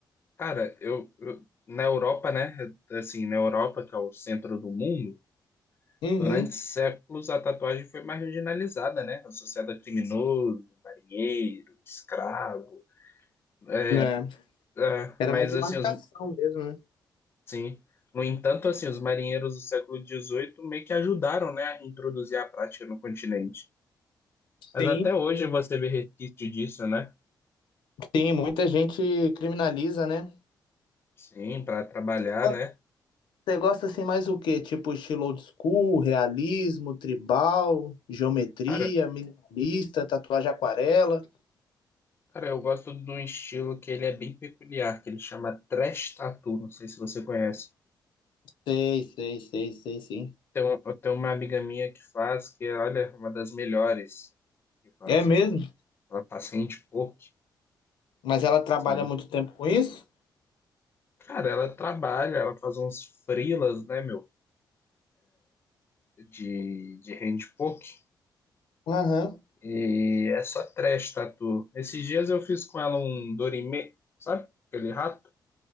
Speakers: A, on the left; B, on the left.
A: cara, eu, eu- na Europa, né, assim, na Europa, que é o centro do mundo,
B: Uhum,
A: durante séculos a tatuagem foi marginalizada, né, associada a criminoso, marinheiro, escravo, é,
B: né?
A: é,
B: Era
A: mas
B: mais de
A: assim,
B: marcação
A: os
B: mesmo, né?
A: Sim. No entanto, assim, os marinheiros do século dezoito meio que ajudaram, né, a introduzir a prática no continente. Mas
B: Sim.
A: até hoje você vê resquício disso, né?
B: Sim, muita gente criminaliza, né?
A: Sim, para trabalhar,
B: Você gosta,
A: né?
B: Você gosta assim mais o quê? Tipo estilo old school, realismo, tribal, geometria,
A: Cara,
B: minimalista, tatuagem aquarela.
A: cara, eu gosto de um estilo que ele é bem peculiar, que ele chama trash tattoo, não sei se você conhece.
B: sei, sei, sei, sei, sim.
A: Tem um, eu tenho uma amiga minha que faz, que olha, é uma das melhores que faz.
B: É mesmo?
A: Ela faz handpoke,
B: Mas ela trabalha
A: sim.
B: muito tempo com isso?
A: Cara, ela trabalha, ela faz uns freelas, né, meu, de, de handpoke.
B: Aham.
A: E essa trash tatu. Esses dias eu fiz com ela um Dorime, sabe? Aquele rato.